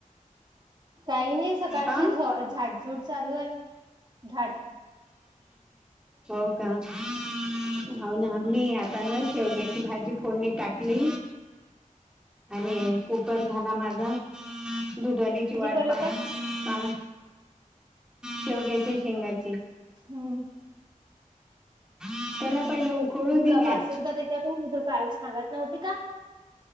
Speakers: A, on the right; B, in the centre.
A: काही नाही सकाळची
B: आ
A: झ झाडझूड चालू आहे झा
B: हो काना मी पण शेवग्याची भाजी पोरणी टाकली आणि कुकर झाला माझा दुधवालीची
A: भाजी
B: वाट
A: करत
B: पाह
A: आहे
B: पा शेव घ्यायचे शेंगाची
A: हम्म
B: त्याला पहिलं उकळू
A: इतका
B: दिल्या
A: वासिर का तथेत मी तु का आयोग सांगत नव्हती का